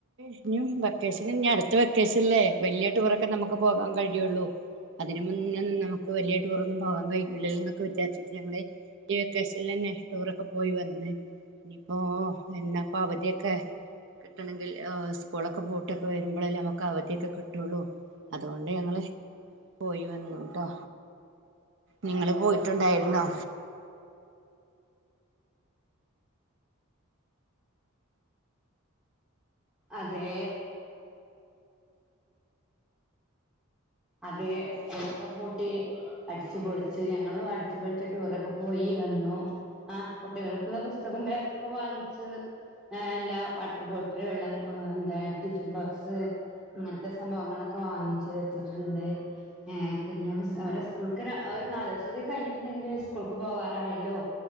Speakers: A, on the right; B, in the centre.
A: ഇനിയും വെക്കേഷൻ ഇനിയാടുത്തത് വെക്കാഷനിലെ വലിയ ടൂർഒക്കെനമ്മക്ക് പോകാൻകഴിയുള്ളു അതിനുമുന്നേഒന്നും നമുക്ക് വലിയ ടൂർ ഒന്നും പോകണ്കയുലലോനൊക്കെ വിചാരിച്ചിട്ട് ഞങ്ങൾ ഈ വെക്കാഷനിൽഅന്നെ ടൂർ ഒക്കെ പോയിവന്ന ഇനി ഇപോം അവധി ഒക്കെ കിട്ടണഇങ്കിൽ സ്കൂളൊക്കെപൂട്ടിലൊക്കേവരുബോഴല്ലേ നമ്മക്ക് അവധിയൊക്കേകിട്ടുള്ളൂ അതുകൊണ്ടുഞങ്ങള് പോയിവന്നൂട്ടോ നിങ്ങള്പോയിട്ടുണ്ടായിരുന്നോ
B: അതെ അതെ സ്കൂളൊക്കെപൂട്ടി അടിച്ചുപൊളിച് ഞങ്ങളും അടിച്ചപൊളിച് ടൂർഒക്കെ പോയിവന്നു അ കുട്ടികൾക്കുള്ള പുസ്തകം ബാഗ് ഒക്കെ വാങ്ങിച് എല്ലാം വാട്ടർബോട്ടിൽ വെള്ളം എന്തെ ടിഫിൻ ബോക്സ്‌ അങ്ങനത്തെ സംഭവങ്ങൾ ഒക്കെ വാങ്ങിച്ച് കൊച്ചുണ്ട് എഹ് കുഞ്ഞാവ അവരെടെ സ്കൂൾക്ക് അവരെ നല്ദിവസകൂടി കഴിഞ്ഞിട്ടൊണ്ടങ്കിൽ സ്കൂൾക്കുപോവാറായല്ലോ